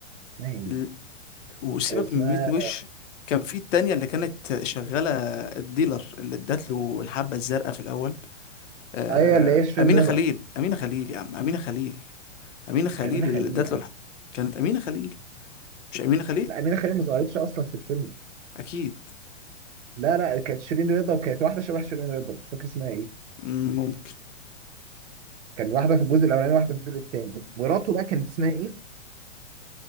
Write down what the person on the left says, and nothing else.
ال- وسيبك
من 100 وش كان في التانية اللي كانت شغالة الديلر اللي ادت له الحبة الزرقاء في الأول آه،
أمينة
خليل أمينة خليل يا عم أمينة خليل أمينة خليل
اللي
ادت
له الحبة كانت أمينة خليل مش أمينة خليل
أكيد
مم، ممكن